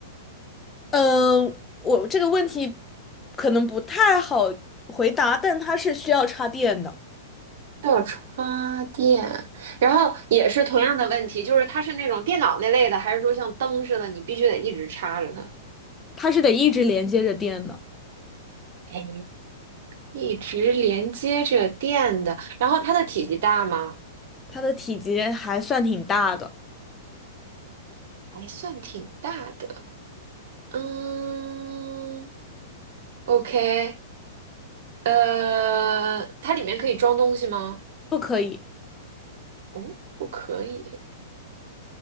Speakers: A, on the left; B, on the right.
A: 嗯，我这个问题可能不太好回答，但它是需要插电的，
B: 要插电，然后也是同样的问题，就是它是那种电脑那类的，还是说像灯似的，你必须得一直插着它？
A: 它是得一直连接着电的，
B: 哎，一直连接着电的，然后它的体积大吗？
A: 它的体积还算挺大的，
B: 还算挺大的。嗯，OK，呃，它里面可以装东西吗？
A: 不可以。
B: 哦，不可以。